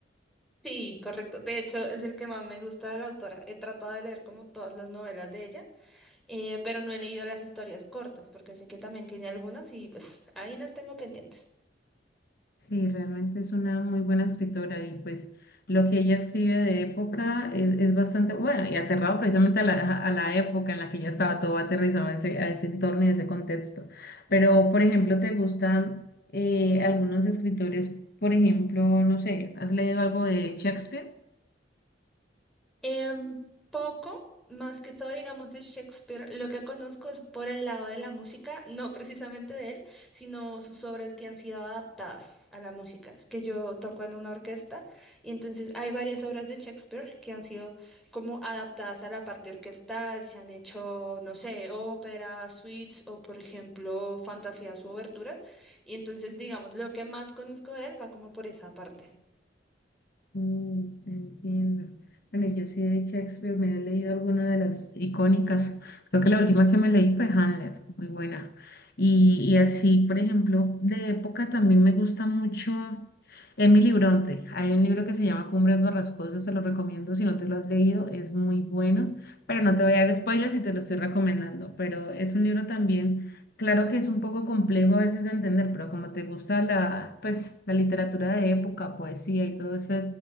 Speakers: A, in the centre; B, on the left.
A: Sí, correcto. De hecho, es el que más me gusta de la autora. He tratado de leer como todas las novelas de ella, eh, pero no he leído las historias cortas porque sé que también tiene algunas y pues ahí las tengo pendientes.
B: Sí, realmente es una muy buena escritora y pues lo que ella escribe de época es, es bastante bueno y aterrado precisamente a la, a la época en la que ella estaba todo aterrizado a ese, a ese entorno y a ese contexto. Pero, por ejemplo, ¿te gustan eh, algunos escritores? Por ejemplo, no sé, ¿has leído algo de Shakespeare?
A: Em, poco, más que todo, digamos, de Shakespeare, lo que conozco es por el lado de la música, no precisamente de él, sino sus obras que han sido adaptadas a la música, es que yo toco en una orquesta y entonces hay varias obras de Shakespeare que han sido como adaptadas a la parte orquestal, se han hecho, no sé, óperas, suites o, por ejemplo, fantasías u oberturas, y entonces, digamos, lo que más conozco de él va como por esa parte.
B: Mm, entiendo. Bueno, yo sí de Shakespeare me he leído alguna de las icónicas. Creo que la última que me leí fue Hamlet, muy buena. Y, y así, por ejemplo, de época también me gusta mucho Emily Bronte. Hay un libro que se llama Cumbres Borrascosas, te lo recomiendo si no te lo has leído, es muy bueno, pero no te voy a dar spoilers si te lo estoy recomendando, pero es un libro también, claro que es un poco complejo a veces de entender, pero como te gusta la, pues, la literatura de época, poesía y todo eso